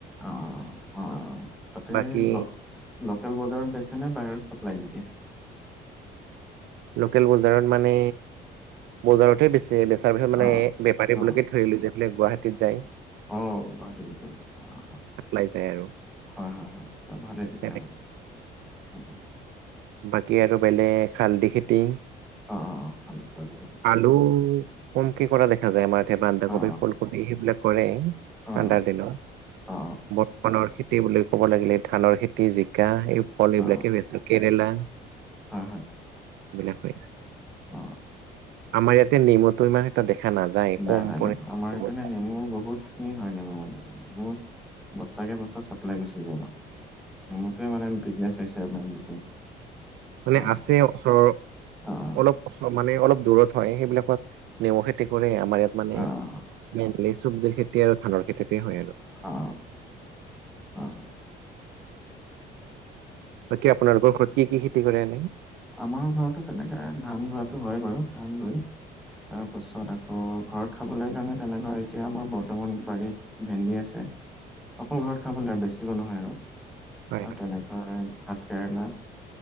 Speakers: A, in the centre; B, on the right (about 80°).
A: অ অ অ অ অ, তাতে
B: বাকী
A: ল লোকেল বজাৰত বেছে নে বাহিৰত চাপ্লাই দি দিয়ে?
B: লোকেল বজাৰত মানে বজাৰতহে বেছে বে চাৰ পিছত মানে
A: অ
B: বেপাৰী
A: অ
B: বিলাকে ধৰিলৈ যায় পেলাই গুৱাহাটীত যায়।
A: অ গুৱাহাটীলৈ ফালে অ অ
B: চাপ্লাই যায় আৰু
A: হয় হয় হয় ভালেই তেতিয়াহ'লে।
B: তেনেকে
A: অ
B: বাকী আৰু বেলেগ হালধি খেতি।
A: অ অ হালধি খেতি কৰে।
B: আলু কমকে কৰা দেখা যায় আমাৰ ইয়াতে বন্ধাকবি,
A: অ
B: ফুলক বি সেইবিলাক কৰে ঠাণ্ডাৰ
A: অ অ
B: দিনত।
A: অ অ
B: বৰ্তমান খেতি বুলি ক'ব লাগিলে ধানৰ খেতি, জিকা। সেই ফল
A: অ
B: এইবিলাকে
A: অ
B: হৈ আছে কেৰেলা এইবিলাক
A: হয় হয়
B: হৈ আছে।
A: অ।
B: আমাৰ ইয়াতে নেমুতো ইমান এটা দেখা নাযায়
A: নাই
B: কম
A: নাই ন
B: পৰিমাণে
A: আমাৰ এইপিনে
B: বহুত।
A: নেমু বহুত। খিনি হয় নেমু মানে মানে মোৰ বস্তাকে বস্তা চাপ্লাই গুচি যায় অপ। নেমু টোৱে মানে বিজনেছ হৈছে আৰু মেইন বিজনেছ। এতিয়া
B: মানে
A: আৰু।
B: আছে ওচৰৰ অলপ।
A: অ',
B: অলপ চলপ মানে অলপ দূৰত হয় সেইবিলাকত নেমু খেতি কৰে আও আমাৰ ইয়াত মানে
A: অ'।
B: মেইনলি চবজিৰ খেতি আৰু ধানৰ খেতিতে হয় আৰু
A: অ অ অ
B: বাকী আপোনালোকৰ ঘৰত কি কি খেতি কৰে এনেই?
A: আমাৰ ঘৰতো তেনেকে ধান ৰোৱাতো হয় বাৰু ধান ৰুই তাৰপাছত আকৌ ঘৰত খাবলৈ কাৰণে তেনেকুৱা এতিয়া আমাৰ বৰ্তমান বাৰীত। ভেন্দি আছে অকল ঘৰত খাবলে বেছিব নহয় আৰু
B: হয়
A: অ
B: হয়
A: তেনেকৈয়ে ভাত কেৰেলা